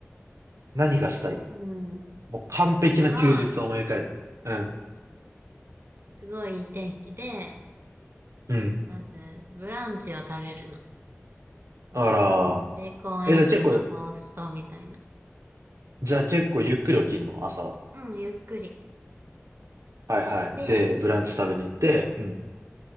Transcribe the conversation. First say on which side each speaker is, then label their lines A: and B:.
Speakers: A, on the right (about 85°); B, on the right (about 45°).
A: 何がしたい
B: うん。
A: もう完璧な休日を思い浮かべて。
B: でれは、
A: うん。
B: すごいいい天気で、
A: うん。
B: まず、ブランチを食べるの。なんか、
A: あら、
B: ベーコンエッグとトーストみたいな。
A: え、じゃあ結構、じゃあ結構ゆっくり起きんの朝は。
B: うん、ゆっくり。
A: はいはい。
B: で、
A: で、ブランチ食べに行って、うん。